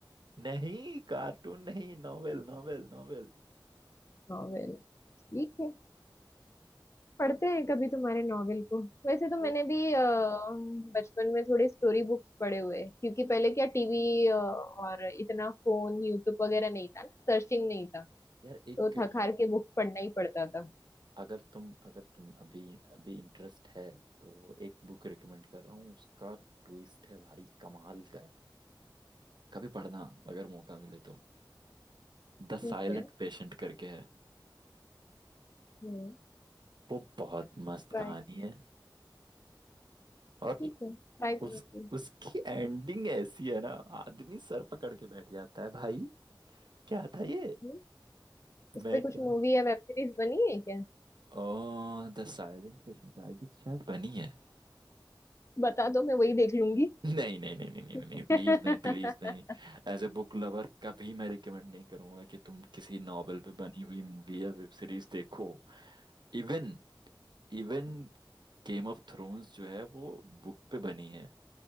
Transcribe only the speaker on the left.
नॉवेल ठीक है पढ़ते हैं कभी तुम्हारे नॉवेल को वैसे तो
मैंने भी अ, बचपन में थोड़े स्टोरी बुक्स पढ़े हुए हैं क्योंकि पहले क्या टीवी और इतना फोन यूट्यूब वगैरह नहीं था ना सर्चिंग नहीं था
तो
थक हार के बुक्स पढ़ना ही पड़ता था
ठीक
है
हम्म
ट्राई
ठीक है ट्राई करूंगी
हम्म उस
पे
कुछ मूवी या वेब सीरीज बनी है क्या
बता दो मैं वही देख लूंगी
<laughs>